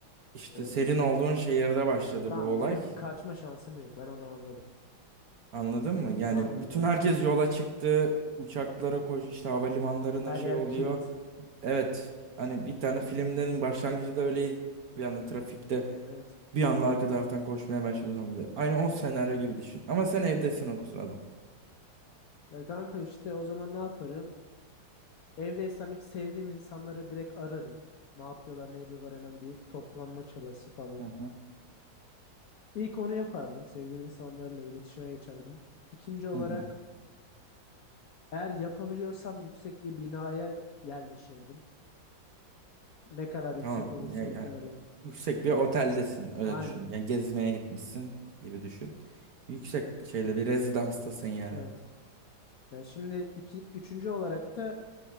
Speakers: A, on the right; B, on the left.
A: İşte
B: Evet.
A: senin olduğun şehirde başladı
B: Tamam
A: bu olay.
B: benim kaçma şansım yok. Ben onu anladım.
A: Anladın mı? Yani
B: Anladım
A: bütün
B: anladım.
A: herkes yola çıktı. Uçaklara koş, işte havalimanlarına
B: Her
A: şey
B: yer
A: oluyor.
B: kilit.
A: Evet. Hani bir tane filmlerin başlangıcı da öyle bir anda trafikte
B: Evet.
A: bir anda arka taraftan koşmaya başladı zombiler. Aynı o senaryo gibi düşün. Ama sen evdesin o sırada.
B: Ya kanka işte o zaman ne yaparım? Evdeysem ilk sevdiğim insanları direkt ararım. Ne yapıyorlar, ne ediyorlar hemen bir toplanma çabası falan.
A: Hı hı.
B: İlk onu yapardım. Sevdiğim insanlarla iletişime geçerdim. İkinci olarak
A: Hı hı.
B: eğer yapabiliyorsam yüksek bir binaya yerleşirdim. Ne kadar yüksek
A: Tamam.
B: olursa
A: Ya, ya,
B: o kadar iyi.
A: yüksek bir oteldesin öyle
B: Aynen.
A: düşün. Yani gezmeye gitmişsin gibi düşün. Yüksek şeyle bir rezidanstasın yani.
B: Evet. Ya şimdi iki, üçüncü olarak da